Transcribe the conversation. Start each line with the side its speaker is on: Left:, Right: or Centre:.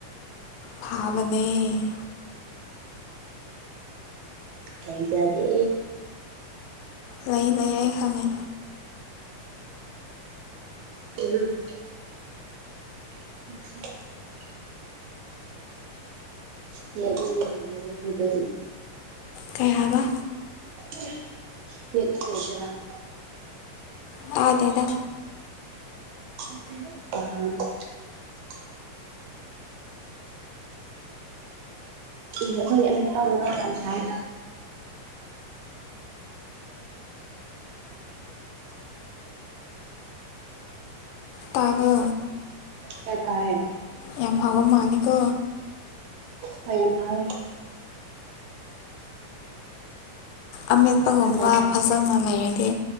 Left: ꯊꯥꯕꯅꯦ꯫
Right: ꯀꯩꯖꯗꯦ꯫
Left: ꯂꯩ ꯂꯩ ꯑꯩ ꯈꯪꯉꯦ꯫
Right: ꯀꯩꯅꯣ꯫ <unintelligible> ꯂꯩꯅꯤꯡꯉꯥꯏ ꯂꯩꯖꯗꯦ ꯑꯈꯣꯏꯗꯤ꯫
Left: ꯀꯩ ꯍꯥꯏꯕ꯫
Right: <inaudible> <unintelligible>
Left: ꯇꯥꯗꯦꯗ
Right: <inaudible> ꯎꯝ ꯑꯈꯣꯏꯒꯤ ꯑꯃꯦꯠꯄꯥ ꯃꯔꯣꯛ ꯌꯥꯝ ꯁꯥꯏ
Left: ꯇꯥꯕ꯭ꯔꯣ
Right: ꯈꯔ ꯇꯥꯏ
Left: ꯌꯥꯝ ꯍꯥꯎꯕ ꯃꯥꯜꯂꯤꯀꯣ
Right: ꯍꯣꯏ ꯌꯥꯝ ꯍꯥꯎꯋꯦ
Left: ꯑꯃꯦꯠꯄꯒꯨꯝꯕ
Right: ꯆꯥꯁꯜꯂꯦ
Left: ꯐꯖ ꯂꯩꯔꯗꯤ